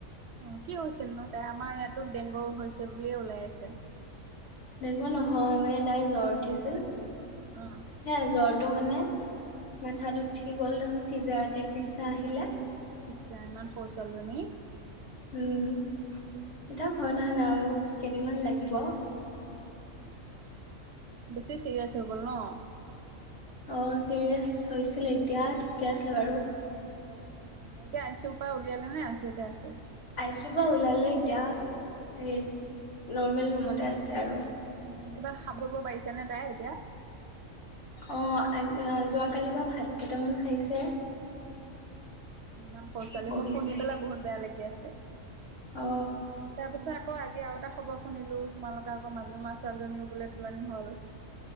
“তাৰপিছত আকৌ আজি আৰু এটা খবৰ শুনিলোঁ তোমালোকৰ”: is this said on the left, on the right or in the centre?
Right